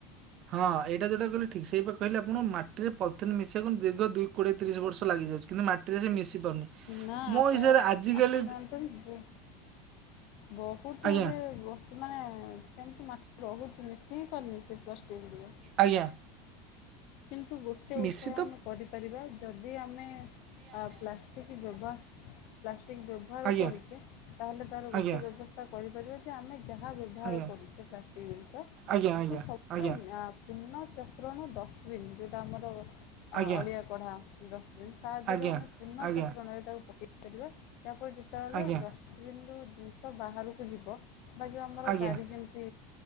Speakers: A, on the right; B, on the left.
A: ହଁ ଏଇଟା ଯୋଉଟା କହିଲେ ଠିକ୍ ସେଇ ପା କହିଲି ଆପଣଙ୍କୁ ମାଟିରେ ପଲିଥିନ୍ ମିଶିବାକୁ ଦୀର୍ଘ ଦୁଇ କୋଡିଏ ତିରିଶ ବର୍ଷ ଲାଗିଯାଉଛି। କିନ୍ତୁ ମାଟିରେ ସେ ମିଶି ପାରୁନି।
B: ନା
A: ମୋ
B: ଆପଣ
A: ହିସାବରେ ଆଜିକାଲି
B: ଆପଣ ଜାଣିଛନ୍ତି <inaudible> ବହୁତ
A: ଆଜ୍ଞା
B: ଗୁଡ଼ିଏ ଜୀବ <inaudible> ମାନେ ସେମିତି ମା ରହୁଛି ମିଶି ହିଁ ପାରୁନି ସେ ପ୍ଲାଷ୍ଟିକ୍ ଗୁଡ଼ିକ।
A: ଆଜ୍ଞା।
B: କିନ୍ତୁ ଗୋଟେ
A: ମିଶି
B: ଉପାୟ
A: ତ
B: ଆମେ କରିପାରିବା, ଯଦି ଆମେ ଆ ପ୍ଲାଷ୍ଟିକ୍ ବ୍ୟବା ପ୍ଲାଷ୍ଟିକ ବ୍ୟବ୍ ବ୍ୟବହାର
A: ଆଜ୍ଞା
B: କରୁଚେ ତାହେଲେ ତାର
A: ଆଜ୍ଞା
B: ଗୋଟେ ବ୍ୟବସ୍ଥା କରିପାରିବା ଯେ ଆମେ ଯାହା ବ୍ୟବ୍ ବ୍ୟବହାର
A: ଆଜ୍ଞା
B: କରୁଛେ ପ୍ଲାଷ୍ଟିକ ଜିନିଷ,
A: ଆଜ୍ଞା
B: ତାକୁ
A: ଆଜ୍ଞା
B: ସବୁବେଳେ
A: ଆଜ୍ଞା
B: <inaudible> ପୁନଃ ଚକ୍ରଣ ଡଷ୍ଟବିନ୍ ଯୋଉଟା ଆମର ଅ
A: ଆଜ୍ଞା
B: ଅଳିଆ କଢ଼ା ଡଷ୍ଟବିନ୍। ତା ଦେହରେ
A: ଆଜ୍ଞା
B: ଆମେ ପୁନଃ
A: ଆଜ୍ଞା
B: ଚକ୍ରଣରେ ତାକୁ ପକେଇ ଦେଇ ପାରିବା, ତାପରେ ଯେତେବେଳେ
A: ଆଜ୍ଞା
B: ଡଷ୍ ଡଷ୍ଟବିନରୁ ଜିନିଷ ବାହାରକୁ ଯିବ ବା ଯୋଉ ଆମର
A: ଆଜ୍ଞା
B: ଗାଡି ଯେମିତି ମିତି